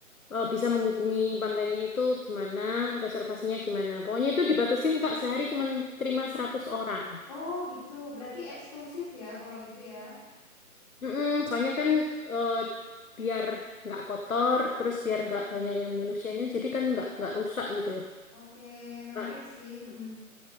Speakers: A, on the left; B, on the left.
A: eh, bisa menghubungi pantainya itu gimana, reservasinya gimana. Pokoknya itu dibatasin Kak, sehari cuma terima 100 orang.
B: Oh gitu. Berarti eksklusif ya kalau gitu ya.
A: Mm-mm, soalnya kan eh, biar nggak kotor, terus
B: Mm-mm.
A: biar nggak banyak yang manusianya, jadi kan nggak nggak rusak gitu loh.
B: Oke, menarik
A: Nah,
B: sih. Mm-mm.